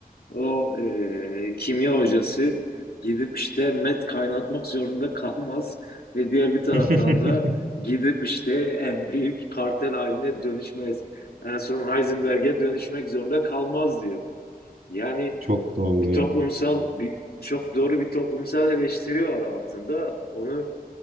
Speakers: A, on the left; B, on the right.
A: o e, kimya hocası gidip işte met kaynatmak zorunda kalmaz ve diğer bir taraftan
B: <laughs>
A: da gidip işte en büyük kartel haline dönüşmez. En son Heisenberg'e dönüşmek zorunda kalmaz diyor. Yani
B: Çok doğru
A: bir
B: diyor.
A: toplumsal, bir çok doğru bir toplumsal eleştiri var altında. Onu